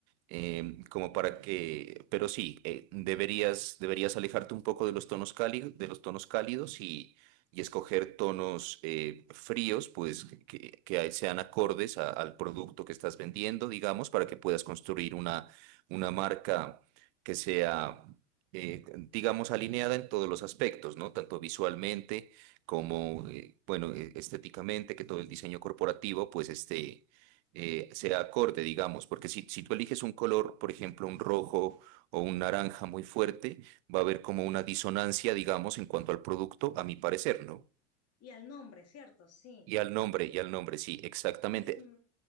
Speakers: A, on the right (about 60°); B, on the left (about 40°).
A: em, como
B: Ok.
A: para que, pero sí, eh, deberías, deberías alejarte un poco de los tonos cálidos, de los tonos cálidos y, y escoger tonos eh, fríos, pues que, que- que sean acordes a- al producto que estás vendiendo, digamos, para que puedas construir una, una marca que sea, eh, digamos, alineada en todos los aspectos, ¿no? Tanto visualmente como, eh, bueno, eh, estéticamente, que todo el diseño corporativo, pues esté eh, sea acorde, digamos, porque si, si tú eliges un color, por ejemplo, un rojo o un naranja muy fuerte, va a haber como una disonancia, digamos, en cuanto al producto, a mi parecer, ¿no?
B: Y al nombre, ¿cierto? Sí.
A: Y al nombre, y al nombre, sí, exactamente.
B: Y,